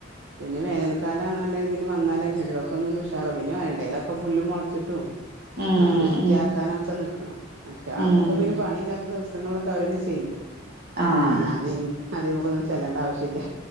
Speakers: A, on the right; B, on the right.
A: പിന്നെ വേനലക്ക എല്ലാം നല്ല രീതിയില് വന്നാലും ചെടികളൊക്കെ ഒന്ന്ണ്ട് ഉഷാറ പിന്നെ ഇടേയിലൊക്കെ പുല്ല് മുളച്ചിട്ടും
B: ഉം
A: അത് വൃത്തിയാക്കാനൊക്കെ
B: ഉം
A: നിക്കണം മറ്റേ അതൊക്കെ
B: ഉം
A: പിന്നെ പണിയില്ലാത്ത ദിവസങ്ങളിലൊക്കെ അവരന്നെ ചെയ്യും
B: ആഹ്
A: ഞാനെ ഇനി അതിമക്കൊന്നും ചെല്ലണ്ട ആവശ്യല്ല